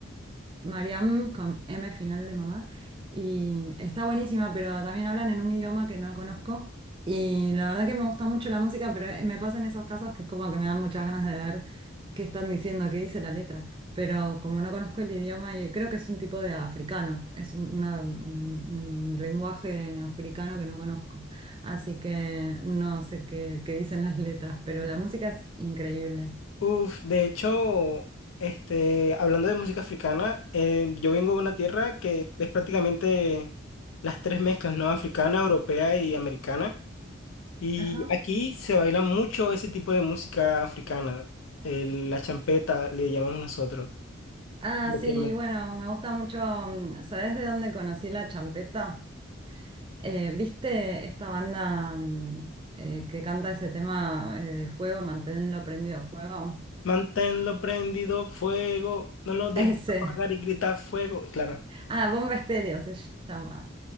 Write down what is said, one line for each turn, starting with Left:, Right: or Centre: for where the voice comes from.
Right: Mariam con M final de mamá. Y está buenísima, pero también hablan en un idioma que no conozco. Y la verdad que me gusta mucho la música, pero eh, me pasan esos casos que es como que me dan muchas ganas de ver qué están diciendo, qué dice la letra. Pero como no conozco el idioma, y creo que es un tipo de africano, es un, una- un- un lenguaje africano que no conozco. Así que no sé qué, qué dicen las letras, pero la música es increíble.
Left: Uf, de hecho, este, hablando de música africana, eh, yo vengo de una tierra que es prácticamente las tres mezclas, ¿no? Africana, europea y americana. Y
Right: ajá
Left: aquí se baila mucho ese tipo de música africana. el- la champeta le llamamos nosotros.
Right: Ah,
Left: coloquialmente.
Right: sí, bueno, me gusta mucho. mm, ¿Sabés de dónde conocí la champeta? Eh, ¿viste esta banda mm, eh, que canta ese tema eh, Fuego, manténlo prendido fuego?
Left: Manténlo prendido, fuego. No lo dejes
Right: <laughs> Ese.
Left: apagar y grita fuego. Claro.
Right: Ah, Bomba Estéreo se llama.